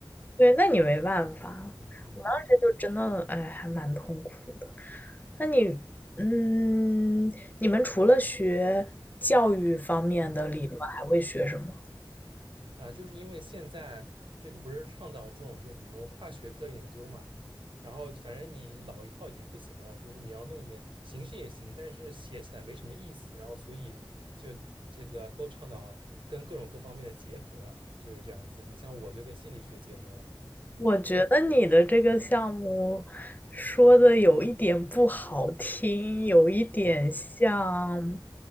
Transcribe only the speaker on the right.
嗯嗯
嗯，
啊，就是因为现在这个不是倡导这种就怎么说跨学科研究嘛，然后反正你老一套已经不行了，就是你要弄点形式也行，但是写起来没什么意思，然后所以就这个都倡导跟各种各方面的结合，就是这样子。你像我就跟心理学结合了，嗯
嗯